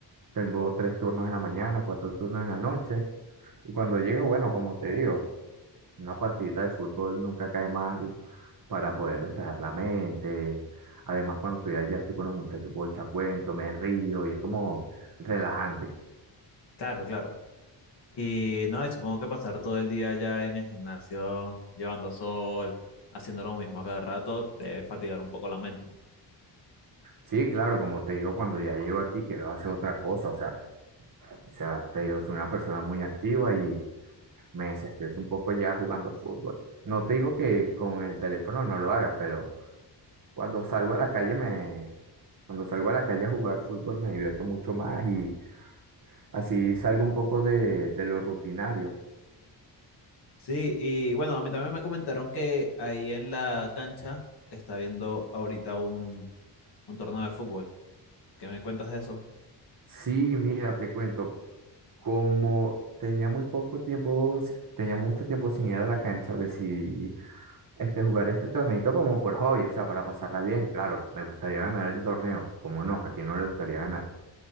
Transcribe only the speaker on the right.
Tengo tres turnos en la mañana, cuatro turnos en la noche. Y cuando llego, bueno, como te digo, una partidita de fútbol nunca cae mal para poder despejar la mente. Además, cuando estoy allá, estoy con los muchachos, puedo echar cuento, me río y es como relajante.
Sí, claro, como te digo, cuando ya llego aquí, que va hacer otra cosa, o sea, o sea, te digo, soy una persona muy activa y me desestreso un poco ya jugando fútbol. No te digo que con el teléfono no lo haga, pero cuando salgo a la calle me, cuando salgo a la calle a jugar fútbol me divierto mucho más y así salgo un poco de, de lo rutinario.
Sí, mira, te cuento, como tenía muy poco tiempo, si- tenía mucho tiempo sin ir a la cancha, decidí este, jugar este torneito como por hobby, o sea, para pasarla bien. Claro, me gustaría ganar el torneo, como no, a quien no le gustaría ganar.